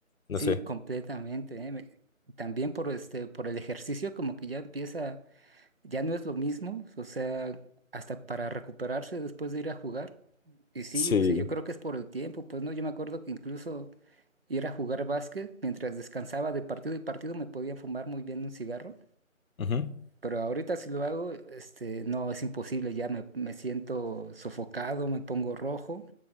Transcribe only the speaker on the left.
No
sé.
Sí.
Ujú,